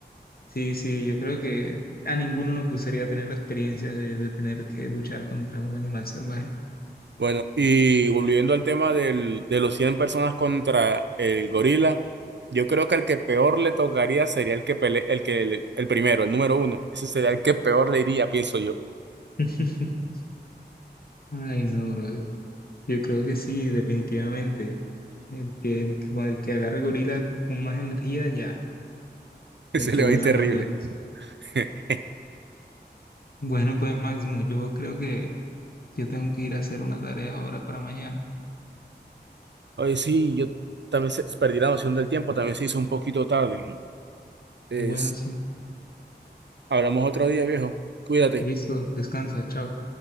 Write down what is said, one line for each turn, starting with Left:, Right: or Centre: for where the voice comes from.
Left: sí, sí, yo creo que a ninguno nos gustaría tener la experiencia de, de tener que luchar contra un animal salvaje.
Right: Bueno, y volviendo al tema del, de los 100 personas contra el gorila, yo creo que el que peor le tocaría sería el que pele- el que le- el, primero, el número uno. Ese sería el que peor le iría, pienso yo. <laughs>
Left: <laughs> Ay, no, brother. Yo creo que sí, definitivamente. El que, el, que el que agarre gorila con más energía, ya.
Right: Ese
Left: El que
Right: le
Left: vuela
Right: va a ir terrible.
Left: más Sí. lejos.
Right: <laughs>
Left: Bueno, pues Máximo, yo creo que yo tengo que ir a hacer una tarea ahora para mañana.
Right: Oye, sí, yo también se, perdí la noción del tiempo, también se hizo un poquito tarde. Es-
Left: Bueno, sí.
Right: hablamos otro día, viejo. Cuídate.
Left: Listo, descansa, chao.